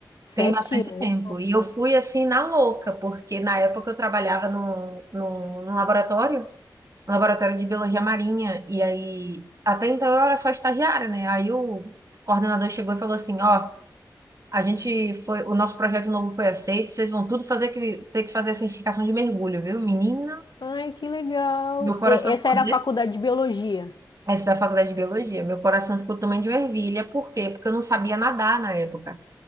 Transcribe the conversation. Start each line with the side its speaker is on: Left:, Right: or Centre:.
Right: tem
Left: Sete
Right: bastante
Left: anos.
Right: tempo. E eu fui assim na louca, porque na época eu trabalhava num, num, num laboratório, um laboratório de biologia marinha, e aí até então eu era só estagiária, né? Aí o coordenador chegou e falou assim, ó, A gente foi, o nosso projeto novo foi aceito. Vocês vão tudo fazer que ter que fazer a certificação de mergulho, viu? Menina,
Left: Ai, que legal.
Right: meu coração
Left: E- essa
Right: ficou
Left: era
Right: desse,
Left: a faculdade de biologia.
Right: essa da faculdade de biologia. Meu coração ficou também de ervilha. Por quê? Porque eu não sabia nadar na época.